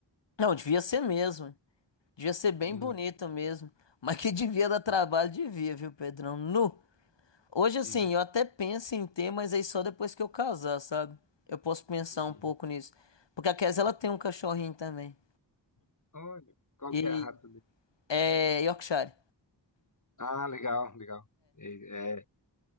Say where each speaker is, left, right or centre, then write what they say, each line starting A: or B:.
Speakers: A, on the left; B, on the left.
A: Não, devia ser mesmo. Devia ser bem
B: Hum,
A: bonito mesmo. Mas que devia dar trabalho, devia, viu, Pedrão? Nu. Hoje, assim,
B: hum,
A: eu até penso em ter, mas aí só depois que eu casar, sabe? Eu posso pensar
B: uhum.
A: um pouco nisso. Porque a Kes, ela tem um cachorrinho também.
B: Olha, qual que
A: E
B: é a rata dele?
A: é Yorkshire.
B: Ah, legal, legal. É, é,